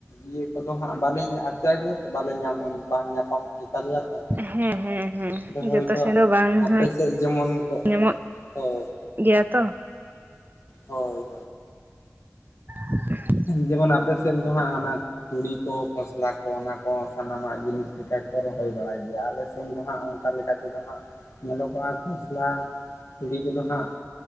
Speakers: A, on the left; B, on the right.
A: ᱤᱭᱟᱹ ᱠᱚᱫᱚ ᱦᱟᱸᱜ ᱵᱟᱞᱤᱧ ᱟᱨᱡᱟᱣᱭᱟ ᱜᱮᱭᱟ ᱵᱟᱞᱮ ᱧᱟᱢ ᱵᱟᱝ ᱧᱟᱯᱟᱢ ᱜᱮᱛᱟ ᱞᱮᱭᱟ ᱛᱚ᱾
B: ᱦᱮᱸ ᱦᱮᱸ ᱦᱮᱸ
A: ᱟᱫᱚ ᱦᱳᱭᱛᱳ
B: ᱡᱚᱛᱚ ᱥᱮᱱ ᱫᱚ ᱵᱟᱝ
A: ᱟᱯᱮ
B: ᱦᱚᱧ
A: ᱥᱮᱫ ᱡᱮᱢᱚᱱ ᱠᱚ
B: ᱧᱟᱢᱚᱜ
A: ᱦᱳᱭ
B: ᱜᱮᱭᱟ ᱛᱚ
A: ᱦᱳᱭ ᱦᱳᱭ
B: <inaudible>
A: ᱡᱮᱢᱚᱱ ᱟᱯᱮ ᱥᱮᱫ ᱫᱚ ᱦᱟᱸᱜ ᱚᱱᱟ ᱛᱩᱲᱤ ᱠᱚ ᱠᱷᱚᱥᱞᱟ ᱠᱚ ᱚᱱᱟ ᱠᱚ ᱥᱟᱱᱟᱢᱟᱜ ᱡᱤᱱᱤᱥ ᱞᱮᱠᱟ ᱠᱚ ᱨᱚᱦᱚᱭ ᱵᱟᱲᱟᱭ ᱜᱮᱭᱟ ᱟᱞᱮ ᱥᱮᱱ ᱫᱚ ᱦᱟᱸᱜ ᱚᱱᱠᱟ ᱞᱮᱠᱟ ᱛᱮᱫᱚ ᱦᱟᱸᱜ ᱧᱮᱞᱚᱜᱚᱜᱼᱟ ᱠᱷᱚᱥᱞᱟ ᱛᱩᱲᱤ ᱠᱚᱫᱚ ᱦᱟᱸᱜ